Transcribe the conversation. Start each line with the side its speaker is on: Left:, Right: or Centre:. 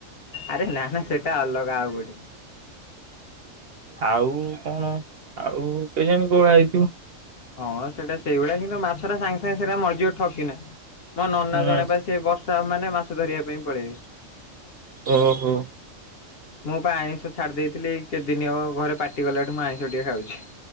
Left: ଆରେ ନା ନା ସେଟା ଅଲଗା ଆଉ ଗୋଟେ
Right: ଆଉ କଣ ଆଉ କେଜାଣି କୋଉଆ ହେଇଥିବ।
Left: ହଁ ସେଇଟା ସେଇଗୁଳିଆ କିନ୍ତୁ ମାଛଟା ସାଙ୍ଗେ ସାଙ୍ଗେ ସେଇଟା ମରିଯିବ ଠକ କିନା। ମୋ ନନା
Right: ହୁଁ
Left: ଜଣେ ପା ସେ ବର୍ଷା ମାନେ ମାଛ ଧରିବା ପାଇଁ ପଳେଇବେ।
Right: ଓହୋ।
Left: ମୁଁ ପା ଆଇଁଷ ଛାଡି ଦେଇଥିଲି କେତଦିନି ଘରେ ପାଟି କଲାଠୁ ମୁଁ ଆଇଁଷ ଟିକେ ଖାଉଛି।